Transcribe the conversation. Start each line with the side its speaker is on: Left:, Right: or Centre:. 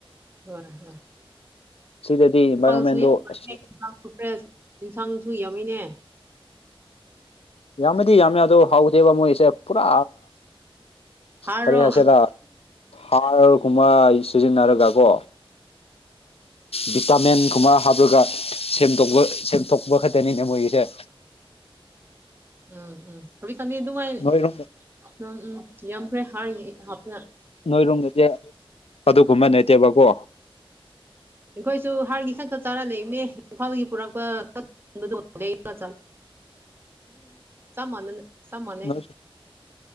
Right: ꯍꯣꯏ ꯍꯣꯏ
Left: ꯁꯤꯗꯗꯤ ꯏꯟꯚꯥꯏꯔꯣꯟꯃꯦꯟꯗꯣ
Right: ꯄꯥꯥꯡꯁꯨ ꯌꯥꯝꯅꯦꯟꯁꯥꯡꯁꯨ
Left: ꯑꯁ
Right: ꯐ꯭ꯔꯦ ꯌꯦꯟꯁꯥꯡꯁꯨ ꯌꯥꯝꯃꯩꯅꯦ
Left: ꯌꯥꯝꯃꯗꯤ ꯌꯥꯝꯃꯦ ꯑꯗꯣ ꯍꯧꯗꯦꯕ ꯃꯣꯏꯁꯦ ꯄꯨꯔꯥ
Right: ꯍꯥꯔꯔꯣ
Left: ꯀꯔꯤ ꯍꯥꯏꯁꯤꯦꯔ ꯍꯥꯔꯒꯨꯝꯕ ꯁꯤꯖꯤꯟꯅꯔꯒ ꯀꯣ ꯚꯤꯄꯥꯃ‌ꯦꯟꯒꯨꯝꯕ ꯍꯥꯞꯂꯒ ꯁꯦꯝꯗ ꯁꯦꯝꯗꯣꯛꯄ ꯈꯛꯇꯅꯤꯅꯦ ꯃꯣꯏꯒꯤꯁꯦ
Right: ꯎꯝ ꯎꯝ ꯈꯕꯤꯠ ꯈꯪꯕꯤ ꯑꯗꯨꯃꯥꯏꯅ
Left: ꯅꯣꯏꯔꯣꯝ
Right: ꯅꯪ ꯎꯝ ꯌꯥꯝꯈ꯭ꯔꯦ ꯍꯥꯔꯒꯤ ꯍꯥꯞꯅ
Left: ꯅꯣꯏꯔꯨꯝꯗꯗꯤ ꯑꯗꯨꯒꯨꯝꯕ ꯅꯩꯇꯦꯕꯀꯣ
Right: ꯑꯩꯈꯣꯏꯁꯨ ꯍꯥꯔꯒꯤ ꯈꯛꯇ ꯆꯥꯔ ꯂꯩꯕꯅꯦ ꯏꯝꯐꯥꯜꯗꯒꯤ ꯄꯨꯔꯛꯄ ꯆ ꯆꯃꯅ ꯆꯝꯃꯅꯦ
Left: ꯅꯣꯏꯁꯨ